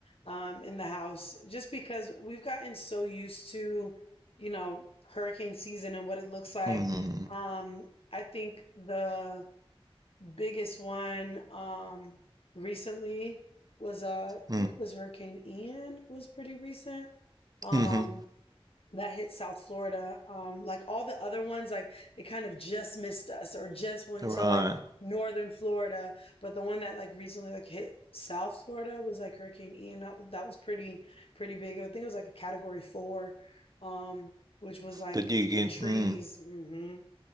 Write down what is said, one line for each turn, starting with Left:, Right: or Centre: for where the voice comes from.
Left: um, in the house just because we've gotten so used to, you know, hurricane season and what it looks like.
Right: Mm,
Left: Um, I think the biggest one um recently was uh I
Right: mm,
Left: think it was Hurricane Ian was pretty recent. Um
Right: mm-hmm.
Left: that hit South Florida. Um like all the other ones like they kind of just missed us or just went
Right: Right.
Left: to like northern Florida, but the one that like recently like hit South Florida was like Hurricane Ian. That, was- that was pretty pretty big. I think it was like a category 4 um which was like
Right: Did you get?
Left: the trees.
Right: Mm.
Left: hmm